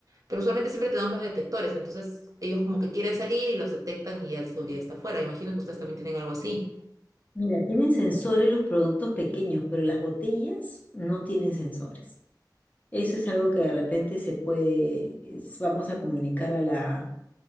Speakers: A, on the right (about 50°); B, on the left (about 20°).
A: Pero usualmente siempre tenemos los detectores, entonces ellos como que quieren salir y los detectan y ya el seguridad está afuera. Imagino que ustedes también tienen algo así.
B: Mira, tienen sensores los productos pequeños, pero las botellas no tienen sensores. Eso es algo que de repente se puede, es- vamos a comunicar a la,